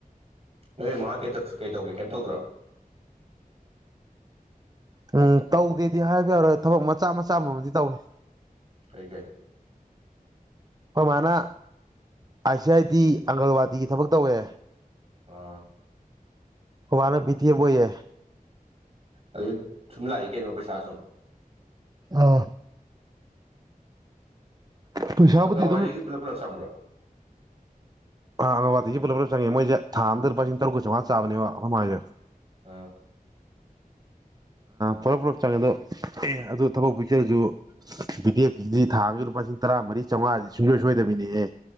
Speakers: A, on the right; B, on the right.
A: ꯅꯣꯏ ꯃꯥ ꯀꯩ ꯇꯧꯒꯦ ꯀꯩꯝ ꯇꯧꯗ꯭ꯔꯣ
B: ꯎꯝ ꯇꯧꯗꯦꯗꯤ ꯍꯥꯏꯕ ꯌꯥꯔꯣꯏ ꯊꯕꯛ ꯃꯆꯥ ꯃꯆꯥ ꯀꯨꯝꯃꯗꯤ ꯇꯧꯏꯦ
A: ꯀꯩ ꯀꯩ
B: ꯍꯣꯏ ꯃꯥꯅ ꯑꯥꯏ ꯁꯤ ꯑꯥꯏ ꯇꯤ ꯑꯪꯒꯜꯋꯥꯗꯤꯒꯤ ꯊꯕꯛ ꯇꯧꯋꯦ
A: ꯑꯥ
B: ꯑꯣ ꯋꯥꯅ ꯄꯤꯇꯦꯕꯣ ꯌꯥꯦ
A: ꯑ ꯁꯨꯝ ꯂꯥꯛ ꯑꯦ ꯀꯩꯅꯣ ꯄꯩꯁꯥꯁꯨꯝ
B: ꯑꯥ ꯄꯨꯩꯁꯥꯕꯗꯤ
A: ꯑꯪꯀꯋꯥꯔꯤꯒꯤ
B: ꯑꯗꯨꯝ
A: ꯄꯨꯂꯞ ꯄꯨꯂꯞ ꯆꯪꯕ꯭ꯔꯣ
B: ꯑꯥꯪꯀꯜꯋꯥꯇꯤ ꯄꯨꯂꯞꯅ ꯆꯪꯉꯦ ꯃꯣꯏꯁꯦ ꯊꯥꯗ ꯂꯨꯄꯥ ꯂꯤꯁꯤꯡ ꯇꯔꯨꯛ ꯆꯃꯉꯥ ꯆꯕꯃꯥꯏꯁꯦ
A: ꯑ
B: ꯄꯨꯂꯞ ꯄꯨꯂꯞ ꯆꯪꯉꯦ ꯑꯗꯣ ꯑꯗꯨ ꯊꯕꯛ ꯄꯤꯆꯔꯁꯨ ꯕꯤꯗꯤꯌꯦꯞꯗꯤ ꯊꯥꯡꯒꯤ ꯂꯨꯄꯥ ꯂꯤꯁꯤꯡ ꯇꯔꯥ ꯃꯔꯤ ꯆꯥꯝꯃꯉꯥꯥꯁꯦ ꯁꯨꯡꯁꯣꯏ ꯁꯣꯏꯗꯕꯤꯅꯦꯍꯦ